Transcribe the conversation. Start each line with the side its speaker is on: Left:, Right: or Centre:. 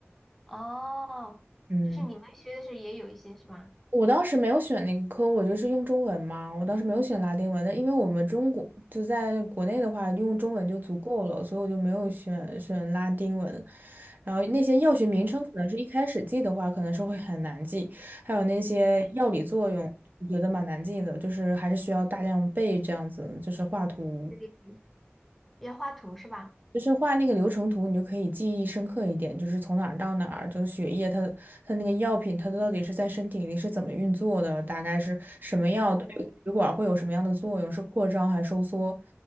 Centre: 哦，
Right: 嗯。
Centre: 就是你们学的时候也有一些是吧？
Right: 我当时没有选那个科，我就是用中文嘛。我当时没有选拉丁文的，因为我们中国就在国内的话，用中文就足够了，所以我就没有选选拉丁文。然后那些药学名称可能是一开始记的话，可能是会很难记，还有那些药理作用，我觉得蛮难记的，就是还是需要大量背这样子，就是画图。
Centre: 对要画图是吧？
Right: 就是画那个流程图，你就可以记忆深刻一点，就是从哪儿到哪儿，就是血液它它那个药品它到底是在身体里是怎么运作的，大概是什么药对血管会有什么样的作用，
Centre: 哦，
Right: 是扩张还是收缩，